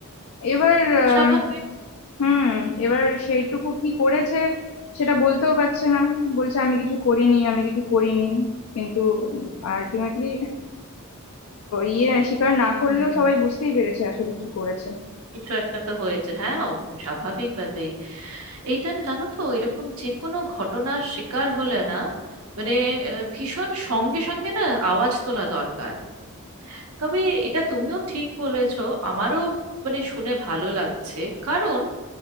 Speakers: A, on the left; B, on the right.
A: এবার আম,
B: স্বাভাবিক
A: হুম এবার সেইটুকু কি করেছে সেটা বলতেও পারছে না বলছে আমি কিছু করিনি আমি কিছু করিনি কিন্তু আলটিমেটলি ইয়ে স্বীকার না করলেও
B: হুম
A: সবাই বুঝতেই পেরেছে আসলে কি করেছে
B: কিছু একটা তো হয়েছে হ্যাঁ ও- স্বাভাবিকভাবেই এইটা না জানো তো এরকম যে কোনো ঘটনার শিকার হলে না মানে আহ, ভীষণ সঙ্গে সঙ্গে না আওয়াজ তোলা দরকার তবে এটা তুমিও ঠিক বলেছো আমারও মানে শুনে ভালো লাগছে কারণ